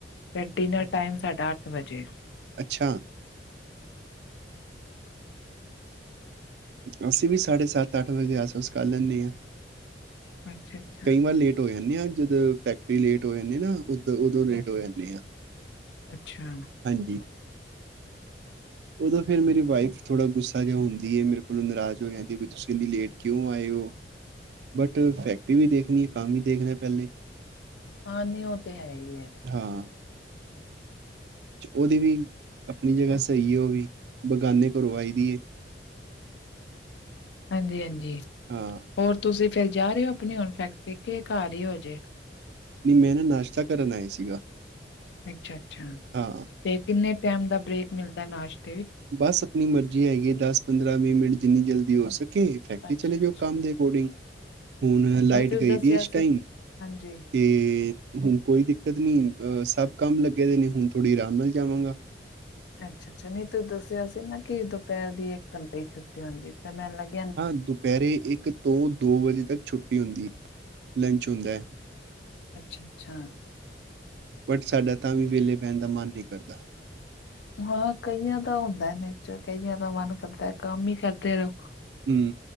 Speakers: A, on the left; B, on the right.
A: ਤੇ ਡਿਨਰ ਟਾਈਮ ਸਾਡਾ ਅੱਠ ਵਜੇ
B: ਅੱਛਾ, ਅਸੀਂ ਵੀ ਸਾਢੇ ਸੱਤ ਅੱਠ ਵਜੇ ਆਸ-ਪਾਸ ਕਰ ਲੈਂਦੇ ਹਾਂ।
A: ਅੱਛਾ-ਅੱਛਾ,
B: ਕਈ ਵਾਰ ਲੇਟ ਹੋ ਜਾਂਦੇ ਆ, ਜਦੋਂ ਫੈਕਟਰੀ ਲੇਟ ਹੋ ਜਾਂਦੀ ਨਾ ਉਦੋਂ ਉਦੋਂ ਲੇਟ ਹੋ ਜਾਂਦੇ ਆ।
A: ਅੱਛਾ,
B: ਹਾਂਜੀ, ਉਦੋਂ ਫੇਰ ਮੇਰੀ ਵਾਈਫ ਥੋੜਾ ਗੁੱਸਾ ਜਿਹਾ ਹੁੰਦੀ ਹੈ, ਮੇਰੇ ਕੋਲੋਂ ਨਾਰਾਜ਼ ਹੋ ਜਾਂਦੀ ਵੀ ਤੁਸੀਂ ਇੰਨੀ ਲੇਟ ਕਿਉਂ ਆਏ ਹੋ। ਬਟ ਫੈਕਟਰੀ ਵੀ ਦੇਖਣੀ ਹੈ, ਕੰਮ ਹੀ ਦੇਖਣਾ ਹੈ ਪਹਿਲੇ
A: ਹਾਂ ਨਹਂੀ ਓ ਤੇ ਹੈ ਹੀ ਹੈ।
B: ਹਾਂ, ਉਹਦੀ ਵੀ ਆਪਣੀ ਜਗਾ ਸਹੀ ਉਹ ਵੀ ਬਗਾਨੇ ਘਰੋਂ ਆਈ ਦੀ <inaudible>
A: ਹਾਂਜੀ-ਹਾਂਜੀ
B: ਹਾਂ।
A: ਹੋਰ। ਤੁਸੀਂ ਫੇਰ ਜਾ ਰਹੇ ਹੋ ਆਪਣੀ, ਹੁਣ ਫੈਕਤਰੀ ਜਾ ਘਰ ਹੀ ਰਹੇ ਹੋਜੇ।
B: ਨਹੀਂ ਮੈਂ ਨਾਸ਼ਤਾ ਕਰਨ ਆਏ ਸੀਗਾ।
A: ਅੱਛਾ-ਅੱਛਾ,
B: ਹਾਂ
A: ਤੇ ਕਿੰਨੇ ਟਾਈਮ ਦਾ ਬ੍ਰੇਕ ਮਿਲਦਾ ਨਾਸ਼ਟ
B: ਬਸ ਆਪਣੀ ਮਰਜ਼ੀ ਹੈਗੀ ਹੈ, ਦਸ ਪੰਦਰਾਂ ਵੀਹ ਮਿੰਟ ਜਿੰਨੀ ਜਲਦੀ। ਹੋ ਸਕੇ ਫੈਕਟਰੀ
A: ਅੱਛਾ
B: ਚਲੇ ਜਾਓ,
A: ਅੱਛਾ
B: ਕੰਮ ਦੇ ਅਕੋਰਡਿੰਗ। ਹੁਣ ਲਾਈਟ
A: ਨਹੀਂ ਤੁਸੀਂ
B: ਗਈ
A: ਦੱਸਿਆ
B: ਦੀ ਇਸ ਟਾਈਮ
A: ਸੀ ਹਾਂਜੀ
B: ਤੇ ਹੁਣ ਕੋਈ ਦਿੱਕਤ ਨੀ ਅ ਸਭ ਕੰਮ ਲੱਗੇ ਦੇ ਨੇ, ਹੁਣ ਥੋੜੀ ਆਰਾਮ ਨਾਲ ਜਾਵਾਂਗਾ।
A: ਅੱਛਾ-ਅੱਛਾ ਨਹੀਂ ਤੂੰ ਦੱਸਿਆ ਸੀ ਨਾ, ਕਿ ਦੁਪਹਿਰ ਦੀ ਇੱਕ ਘੰਟੇ ਹੀ ਛੁੱਟੀ ਹੁੰਦੀ ਤਾਂ ਮੈਨ ਲੱਗ।
B: ਹਾਂ ਦੁਪਹਿਰੇ ਇੱਕ ਤੋਂ ਦੋ ਵਜੇ ਤੱਕ ਛੁੱਟੀ ਹੁੰਦੀ ਹੈ, ਲੰਚ ਹੁੰਦਾ ਹੈ।
A: ਅੱਛਾ-ਅੱਛਾ।
B: ਬਟ ਸਾਡਾ ਤਾਂ ਵੀ ਵਿਹਲੇ ਪਹਿਣ ਦਾ ਮਨ ਨਹੀਂ ਕਰਦਾ।
A: ਹਾਂ ਕਈਆਂ ਦਾ ਹੁੰਦਾ ਨੇ ਚ ਕਈਆਂ ਦਾ ਮਨ ਕਰਦਾ ਕੰਮ ਹੀ ਕਰਦੇ ਰਹੋ।
B: ਹੂੰ,